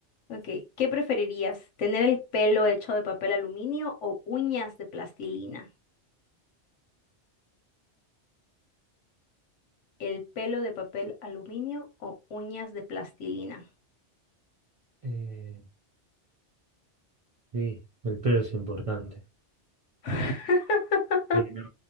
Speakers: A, on the left (about 85°); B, on the right (about 55°).
A: Ok, ¿qué preferirías? ¿Tener el pelo hecho de papel aluminio o uñas de plastilina? El pelo de papel aluminio o uñas de plastilina.
B: Eh, Sí, el pelo es importante.
A: <laughs>
B: Eh, no,